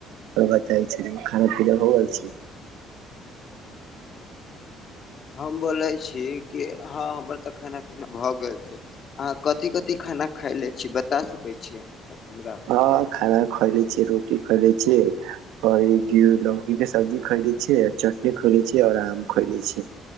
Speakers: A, on the right; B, on the left.
A: और बताई छी खाना पीना हो गेल छैय।
B: हम बोले छी कि हँ हमर त खाना पीना भए गेल छैय। अहाँ कथी कथि खाना खाय ले छी बता सकै छी हमरा।
A: हाँ खाना खएले छियै रोटी खैले छियै। घी लौकी के सब्जी खएले छियै, चटनी खएले छियै और आम खएले छियै।